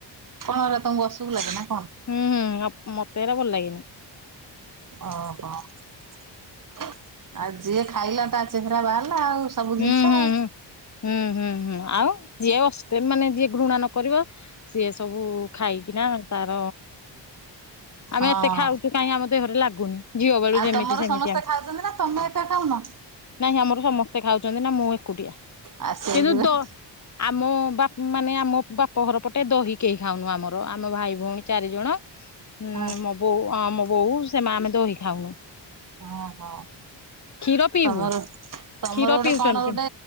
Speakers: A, on the right; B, on the left.
A: କଣ ହେଲା ତମକୁ ଅସୁଖ ଲାଗେ ନା? କଣ
B: ହୁଁ- ହୁଁ ମତେ ଏଇରା ଭଲ ଲାଗେନି।
A: ଓ ହୋ ଆଉ ଯିଏ ଖାଇଲା ତା ଚେହେରା ବାହାରିଲା ଆଉ, ସବୁ
B: ହୁଁ
A: ଜିନିଷ
B: ହୁଁ
A: ଆଉ।
B: ହୁଁ ହୁଁ ହୁଁ ହୁଁ ଆଉ ଯିଏ ଅ <unintelligible> ମାନେ ଯିଏ ଘୃଣା ନ କରିବ ସିଏ ସବୁ ଖାଇକିନା ତାର ଆମେ
A: ହଁ।
B: ଏତେ ଖାଉଛୁ କାହିଁ ଆମ ଦେହରେ ଲାଗୁନି। ଝିଅ ବେଳୁ
A: ଆଉ
B: ଯେମିତି
A: ତମର
B: ସେମିତି
A: ସମସ୍ତେ ଖାଉଛନ୍ତି ନା, ତମେ ଏକା ଖାଉନ?
B: ନାହିଁ ଆମର ସମସ୍ତେ ଖାଉଛନ୍ତି ନା, ମୁଁ ଏକୁଟିଆ।
A: ଆଉ ସେଇଥିପାଇଁ
B: କିନ୍ତୁ ଦ ଆମ ବାପ ମାନେ ଆମ ବାପ ଘର ପଟେ ଦହି କେହି ଖାଉନୁ ଆମର, ଆମ ଭାଇ ଭଉଣୀ ଚାରିଜଣ ହୁଁ
A: ହଁ
B: ମୋ ବୋଉ ଆ ମୋ ବୋଉ ସେ ମା ଆମେ ଦହି ଖାଉନୁ।
A: ହଁ- ହଁ
B: କ୍ଷୀର ପିଇବୁ
A: ତମର ତମର
B: କ୍ଷୀର
A: ଗୋଟେ
B: ପିଉଛନ୍ତି
A: କଣ
B: ସେ
A: ଗୋଟେ